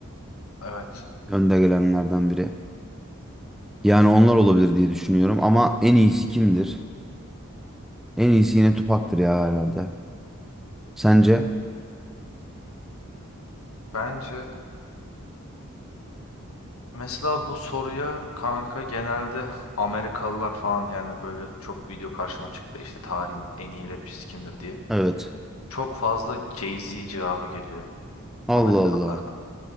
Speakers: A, on the left; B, in the centre.
A: evet.
B: önde gelenlerden biri. Yani onlar olabilir diye düşünüyorum ama en iyisi kimdir? En iyisi yine Tupac'tır ya herhalde. Sence?
A: Bence mesela bu soruya kanka genelde Amerikalılar falan yani böyle çok video karşıma çıktı işte tarihin en iyi rapçisi kimdir diye.
B: Evet.
A: Çok fazla Jay-Z cevabı geliyor
B: Allah
A: Amerikalılardan.
B: Allah.